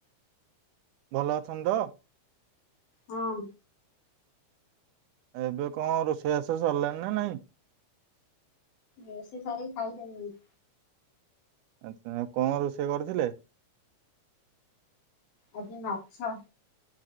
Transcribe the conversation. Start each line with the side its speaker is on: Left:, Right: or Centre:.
Right: ଭଲ ଅଛନ୍ତି ତ?
Left: ହଁ।
Right: ଏବେ କଣ ରୋଷେଇବାସ ସରିଲାଣି ନା ନାଇଁ?
Left: ରୋଷେଇ ସାରକି ଖାଇସାରିଲେଣି।
Right: ଆଚ୍ଛା କଣ ରୋଷେଇ କରିଥିଲେ?
Left: ଆଜି ମାଛ